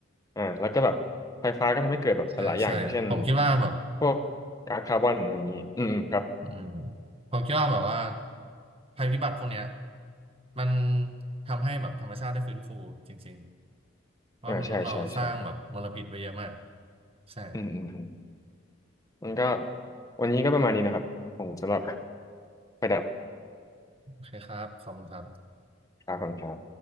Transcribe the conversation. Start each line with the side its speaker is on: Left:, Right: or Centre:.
Left: อ่าแล้วก็แบบไฟฟ้าก็ทำให้เกิดแบบหลายอย่างอย่างเช่น
Right: ใช่ใช่ผมคิดว่าแบบ
Left: พวกก๊าซคาร์บอนอะไรอย่างนี้อืมอืมครับ
Right: อืมผมคิดว่าแบบว่าภัยพิบัติพวกเนี้ยมันทำให้แบบธรรมชาติได้ฟื้นฟูจริงๆเพราะมนุษย์เราสร้างแบบมลพิษไปเยอะมาก
Left: อ่าใช่ใช่ใช่
Right: ใช่
Left: อืมอืมอืมมันก็วันนี้ก็ประมาณนี้นะครับผมสำหรับประดับ
Right: โอเคครับขอบคุณครับ
Left: คาคอนครับ